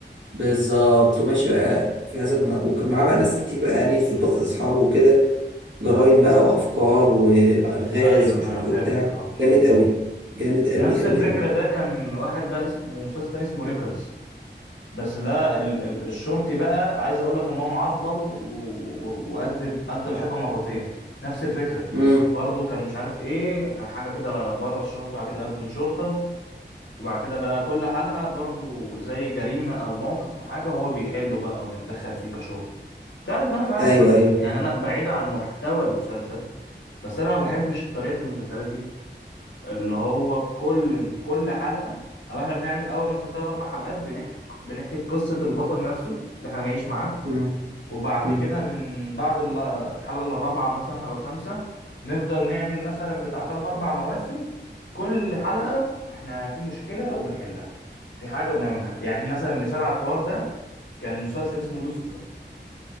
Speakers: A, on the right; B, on the left.
A: بالظبط وماشي بقى في هذا النا- وكان معاه بقى ناس كتير بقى يعني ضباط أصحابه وكده جرايم بقى وأفكار وألغاز
B: ايوه
A: ومش
B: انا
A: عارف
B: فهمت
A: إيه وبتاع
B: اه
A: جامد أوي جامد أوي
B: نفس
A: أوي
B: الفكره
A: أوي
B: ده كان واحد بقى اسمه مسلسل تاني اسمه ريكرز بس ده ال ال الشرطي بقى عايز اقول لك ان هو معضل و- و- وقد قد الحيطه مرتين نفس الفكره
A: امم
B: برضه كان مش عارف ايه كان حاجه كده بره الشرطه وبعد كده قدم شرطه وبعد كده بقى كل حلقه برضه زي جريمه او موقف وحاجه هو بيحله بقى وبيتدخل فيه كشرطي تعرف ان انا فعلا
A: أيوه أيوه فاهم
B: يعني انا بعيدا عن محتوى المسلسل بس انا ما بحبش طريقه المسلسلات دي اللي هو كل كل حلقة او احنا بنعمل اول مثلا ثلاث اربع حلقات بنحكي بنحكي قصة البطل نفسه اللي احنا هنعيش معاه
A: امم
B: وبعد
A: امم
B: كده من بعد ال- الحلقة الرابعة مثلا او الخامسة نفضل نعمل مثلا بتاع ثلاث اربع مواسم كل حلقة احنا في مشكلة وبنحلها في حاجة وبنعمل حاجة يعني مثلا مثال على الحوار ده كان مسلسل اسمه لوسيفر